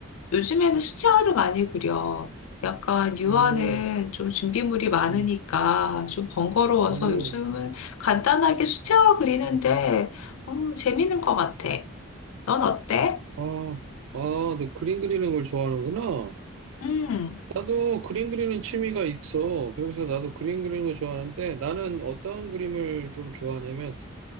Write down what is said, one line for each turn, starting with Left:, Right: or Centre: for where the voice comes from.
Left: 요즘에는 수채화를 많이 그려. 약간 유화는
Right: 음,
Left: 좀 준비물이 많으니까
Right: 음,
Left: 좀 번거로워서
Right: 음.
Left: 요즘은 간단하게 수채화 그리는데 음, 재밌는 것 같아. 넌 어때?
Right: 아, 아, 너 그림 그리는 걸 좋아하는구나.
Left: 음,
Right: 나도 그림 그리는 취미가 있어. 그래서 나도 그림 그리는 거 좋아하는데 나는 어떤 그림을 좀 좋아하냐면